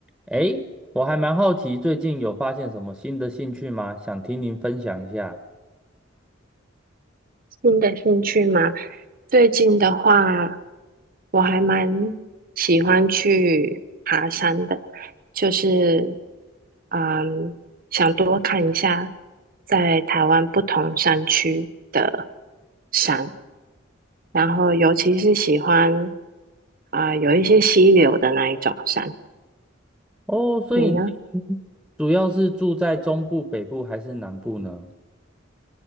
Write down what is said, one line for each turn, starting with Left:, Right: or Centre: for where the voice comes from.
Centre: 诶，我还蛮好奇，最近有发现什么新的兴趣吗？想听您分享一下。
Right: 新的兴趣吗？最近的话，我还蛮喜欢去爬山的，就是嗯，想多看一下在台湾不同山区的山，然后尤其是喜欢啊、呃有一些溪流的那一种山。
Centre: 哦，所以你
Right: 你呢？
Centre: 主要是住在中部、北部还是南部呢？